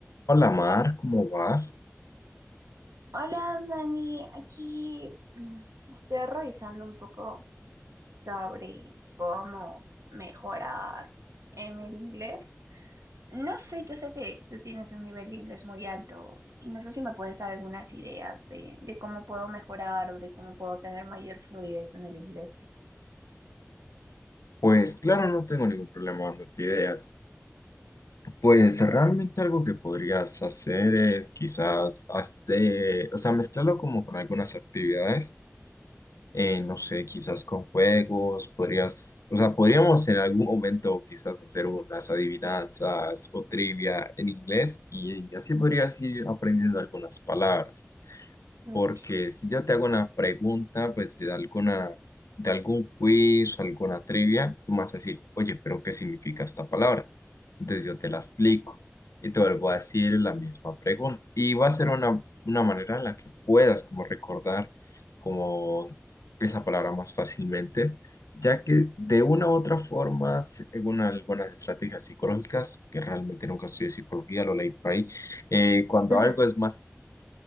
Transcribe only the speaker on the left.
Hola Mar, ¿cómo vas?
Pues claro, no tengo ningún problema dándote ideas. Pues realmente algo que podrías hacer es quizás hacer, o sea, mezclarlo como con algunas actividades, eh, no sé, quizás con juegos, podrías, o sea, podríamos en algún momento quizás hacer unas adivinanzas o trivia en inglés y, y así podrías ir aprendiendo algunas palabras.
porque si yo te hago una pregunta, pues de alguna, de algún quiz o alguna trivia, tú me vas a decir, oye, pero ¿qué significa esta palabra? Entonces yo te la explico y te vuelvo a decir la misma pregunta. Y va a ser una, una manera en la que puedas como recordar como esa palabra más fácilmente, ya que de una u otra forma, según algunas estrategias psicológicas, que realmente nunca estudié psicología, lo leí por ahí, eh, cuando
algo es más